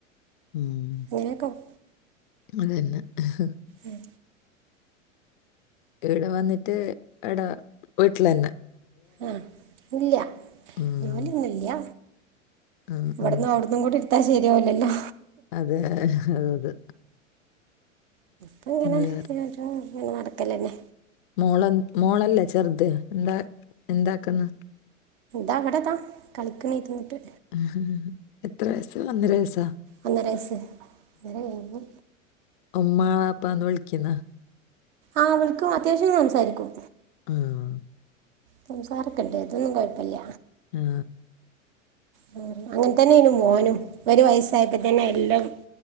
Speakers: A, on the left; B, on the right.
A: ഉം
B: ഇങ്ങനേക്കാവും.
A: അതല്ല അഹ
B: ഉം.
A: ഇവിടെ വന്നിട്ട് എട വീട്ട്ലെന്ന.
B: ആഹ് ഇല്ല
A: ഉം
B: ജോല്യൊന്നുല്ല്യ
A: ഉം
B: ഇവട്ന്നു
A: ഉം
B: അവ്ട്ന്നും കൂടി ഇട്ത്താ ശര്യാവുലല്ലോ.
A: അതെ അഹ് അതതെ
B: പ്പങ്ങനെ
A: വേറെ
B: ഫിനാൻശാ ങ്ങ നടക്കലെന്നെ.
A: മോള മോളല്ലെ ചെർത് ന്താ എന്താക്ക്ന്ന്.
B: താവിടെതാ കളിക്കണ ഇര്ന്ന്ട്ട്.
A: ആഹ് എത്ര വയസ്സ ഒന്നര വയസോ.
B: ഒന്നരൈസ് ഒന്നര കയിഞ്ഞ്.
A: ഉമ്മാ വാപ്പാന്ന് വിൾക്ക്യുന്ന.
B: ആഹ് വിൾക്കു അത്യാവശ്യം സംസാരിക്കും.
A: ആഹ്.
B: സംസാരൊക്കണ്ണ്ട് അതൊന്നും കൊയപ്പല്ല.
A: ആഹ്.
B: ഉം അങ്ങൻതന്നനു മോനും ഒരു വയസ്സായപ്പ തന്നെ എല്ലം.